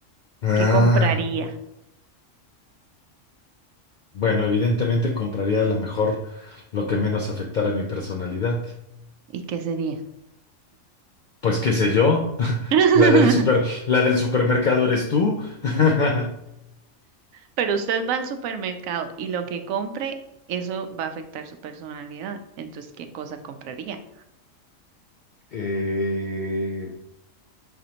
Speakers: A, on the left; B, on the right.
A: Ah,
B: ¿Qué compraría?
A: bueno, evidentemente compraría a lo mejor lo que menos afectara a mi personalidad.
B: ¿Y qué sería?
A: Pues qué sé yo, <laughs>
B: <laughs>
A: la del super, la del supermercado eres tú. <laughs>
B: Pero usted va al supermercado y lo que compre, eso va a afectar su personalidad. Entonces, ¿qué cosa compraría?
A: Eh,